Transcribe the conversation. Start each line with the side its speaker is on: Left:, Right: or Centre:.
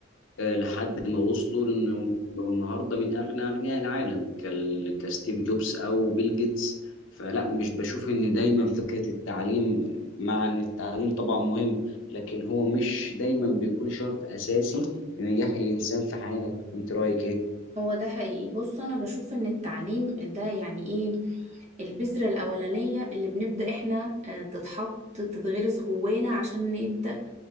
Left: آه، لحد ما وصلوا لانه بقوا النهارده من اغنى اغنياء العالم كال- كستيف جوبز او بيل جيتس فلا مش بشوف ان دايما فكره التعليم مع ان التعليم طبعا مهم لكن هو مش دايما بيكون شرط اساسي لنجاح الانسان في حياته انت رايك ايه؟
Right: هو ده حقيقي بص أنا بشوف إن التعليم ده يعني إيه البذرة الأولانية اللي بنبدأ إحنا آه، تتحط تتغرس جوانا عشان نبدأ